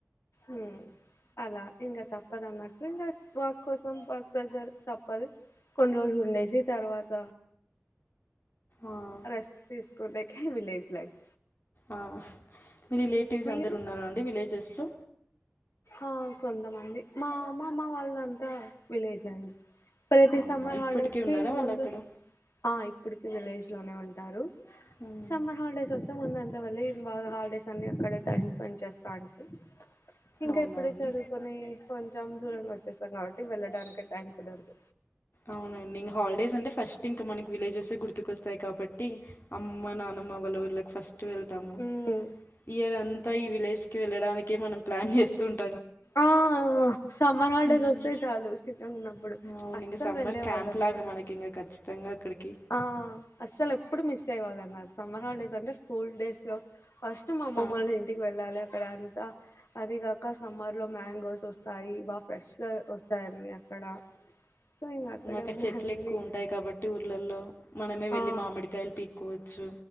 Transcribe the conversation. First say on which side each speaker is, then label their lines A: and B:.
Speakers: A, on the left; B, on the left.
A: ఉమ్ అలా ఇంకా తప్పదా అన్నట్. ఇంకా వర్క్ కోసం వర్క్ ప్రెజర్ తప్పదు కొన్ని రోజులు ఉండేసి. తర్వాత
B: ఆ!
A: రెస్ట్ తీసుకోవటానికే విలేజ్ లైఫ్.
B: ఆహ్ మీ
A: హ్మ్.
B: రిలేటివ్స్
A: మీరు
B: అందరు ఉన్నారా అండి విలేజెస్లో.
A: ఆహ్ కొంతమంది మా అమ్మ అమ్మ వాళ్ళంతా విలేజ్ అండి. ప్రతి
B: అవునా!
A: సమ్మర్
B: ఇప్పటికీ
A: హాలిడేస్
B: ఉన్నారా
A: కి
B: వాళ్ళక్కడ?
A: ముందు ఆహ్ ఇప్పటికి విలేజ్ లోనే ఉంటారు.
B: హ్మ్.
A: సమ్మర్ హాలిడేస్ వస్త్. ఇష్టం ఉన్నంతవెల్లి బాగా హాలిడేస్ అన్ని అక్కడ టైం స్పెండ్ చేస్తాండి. ఇంకా
B: అవునా
A: ఇప్పుడే
B: అండి?
A: చదువుకొని కొంచెం దూరం వచ్చేస్తాం కాబట్టి వెళ్ళడానికి టైం కుదరదు.
B: అవునండి ఇంకా హాలిడేస్ అంటే ఫస్ట్ ఇంకా మనకి విలేజెసే గుర్తుకొస్తాయి కాబట్టి అమ్మ నాన్న. అమ్మ అవల్లురులకు ఫస్ట్. వెళ్తాము.
A: హ్మ్
B: ఇయర్ అంతా ఈ విలేజ్ కి వెళ్లడానికి మనం ప్లాన్ చేస్తూ ఉంటా
A: ఆహ్ సమ్మర్ హాలిడేస్
B: హ్మ్.
A: వస్తే చాలు చిన్నగా ఉన్నప్పుడు
B: అవును.
A: అస్స.
B: ఇంక సమ్మర్
A: వెళ్ళేవాళ్ళం
B: క్యాంప్‌లాగా
A: ఫస్ట్
B: మనకింక ఖచ్చితంగా అక్కడికి.
A: ఆహ్ అసలు ఎప్పుడు మిస్. <unintelligible> సమ్మర్ హాలిడేస్ అంటే స్కూల్ డేస్ లో ఫస్ట్ మా అమ్మమ్మోళ్ళీంటికి
B: ఆ!
A: వెళ్ళాలి అక్కడ. అదిగాక సమ్మర్ లో మ్యాంగోస్ వస్త. అయి బాగా ఫ్రెష్ గా వస్తాయి అండి అక్కడ. సో ఇంక అక్కడే
B: ఉమ్ అక్కడ
A: ఉన్న
B: చెట్లు
A: అన్ని
B: ఎక్కువ ఉంటాయి కాబట్టి ఊర్లల్లో. మనమే వెళ్ళి
A: ఆ
B: మామిడికాయలు పీక్కోవచ్చు.